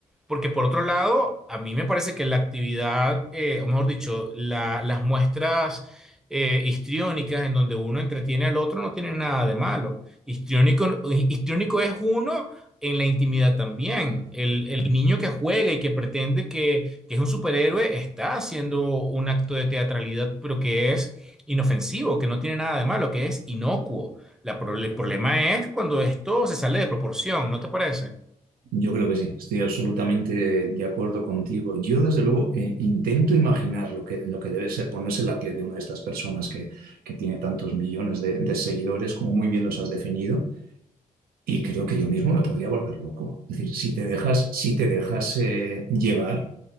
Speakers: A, in the centre; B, on the right.
A: Porque por otro lado, a mí me parece que la actividad, eh, o mejor dicho, la- las muestras eh, histriónicas en donde uno entretiene al otro no tienen nada de malo. Histriónico, histriónico es uno en la intimidad también. El, el niño que juega y que pretende que, que es un superhéroe está haciendo un acto de teatralidad, pero que es inofensivo, que no tiene nada de malo, que es inocuo. La pro- el problema es cuando esto se sale de proporción, ¿no te parece?
B: Yo creo que sí, estoy absolutamente de acuerdo contigo. Yo, desde luego, eh, intento imaginar lo que, lo que debe ser ponerse en la piel de una de estas personas que, que tiene tantos millones de, de seguidores, como muy bien los has definido, y creo que yo mismo me podría volver loco. Es decir, si te dejas, si te dejas eh, llevar,